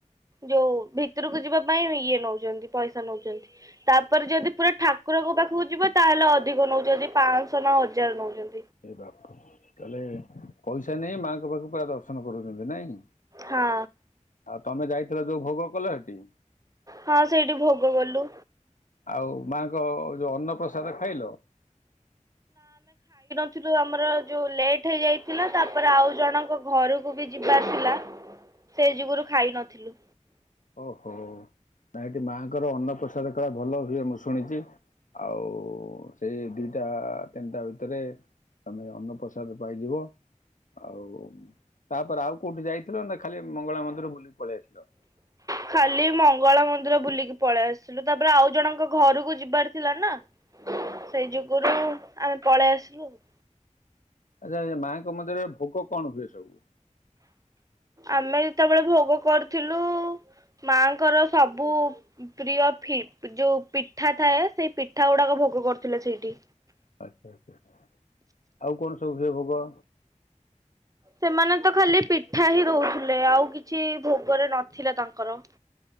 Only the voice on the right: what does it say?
ଯୋଉ ଭିତୁରୁକୁ ଯିବା ପାଇଁ ଇଏ ନଉଛନ୍ତି ପଇସା ନଉଛନ୍ତି ତାପରେ ଯଦି ପୁରା ଠାକୁରଙ୍କ ପାଖକୁ ଯିବ ତାହେଲେ ଅଧିକ ନଉଛନ୍ତି ପାଁଶହ ନା ହଜାର ନଉଛନ୍ତି।
ହଁ।
ହଁ ସେଇଠି ଭୋଗ କଲୁ।
ଥିଏରୁ ଆମର ଯୋଉ ଲେଟ୍ ହେଇ ଯାଇଥିଲା ତାପରେ ଆଉ ଜଣଙ୍କ ଘରକୁ ବି ଯିବାର ଥିଲା ସେ ଯୋଗୁରୁ ଖାଇ ନଥିଲୁ।
ଖାଲି ମଙ୍ଗଳା ମନ୍ଦିର ବୁଲିକି ପଳେଇ ଆସିଲୁ ତାପରେ ଆଉ ଜଣଙ୍କ ଘରକୁ ଯିବାର ଥିଲା ନା। ସେଇ ଯୁଗରୁ ଆମେ ପଳେ ଆସି୍ ହ <inaudible>
ଆମେ ଯେତେବେଳେ ଭୋଗ କରୁଥିଲୁ ମାଙ୍କର ସବୁ ପ୍ରିୟ ଫି ଯୋଉ ପିଠା ଥାଏ ସେଇ ପିଠା ଗୁଡାକ ଭୋଗ କରୁଥିଲେ ସେଇଠି।
ସେମାନେ ତ ଖାଲି ପିଠା ହିଁ ଦଉଥିଲେ ଆଉ କିଛି ଭୋଗରେ ନଥିଲେ ତାଙ୍କର।